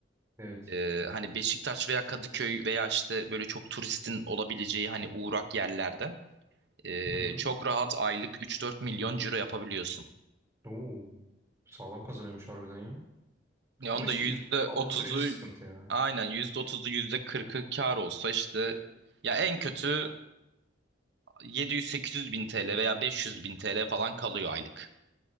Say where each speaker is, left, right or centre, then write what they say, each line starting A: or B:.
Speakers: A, on the right; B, on the right.
A: Evet.
B: Ee, hani Beşiktaş veya Kadıköy veya işte böyle çok turistin olabileceği hani uğrak yerlerde ee,
A: Hı hı.
B: çok rahat aylık 3-4 milyon ciro yapabiliyorsun.
A: Oo, sağlam kazanıyormuş harbiden ya.
B: Yani
A: Ama
B: onda
A: işte
B: yüzde
A: ilk alım
B: otuzu
A: süreci sıkıntı ya.
B: aynen yüzde otuzu yüzde kırkı kar olsa işte ya en kötü 700-800 bin TL veya 500 bin TL falan kalıyor aylık.